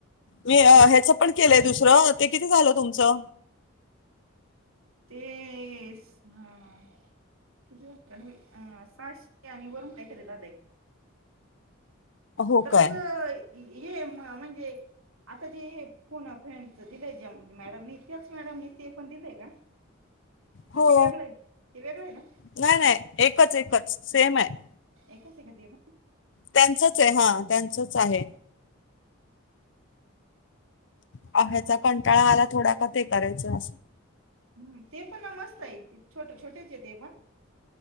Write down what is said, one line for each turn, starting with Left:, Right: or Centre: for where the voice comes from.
Left: मी अ ह्याच पण केलंय दुसरं, ते किती झालं तुमचं?
Right: तेस- हां, किती झालं? तन्वी आं सहाश ते आनी वरून काहीतरी झालयं.
Left: हो
Right: तर
Left: काय
Right: मग हे म्- म्हणजे, आता जे फोन फ्रेंडच दिलयं ज्या मॅडमनी, त्याचं मॅडमनी ते पण दिलय का? तर
Left: हो,
Right: ते वेगळं आहे ते वेगळं आहे ना
Left: नाय-नाय, एकच-एकच सेम आहे.
Right: एकच आहे का, ते पण?
Left: त्यांचच आहे, हां त्यांच असचं आहे. अ- ह्याचा कंटाळा आला थोडा, का ते करायचं.
Right: हम् ते पणा, मस्त आहे ते. छोट छोटेच आहे ते पण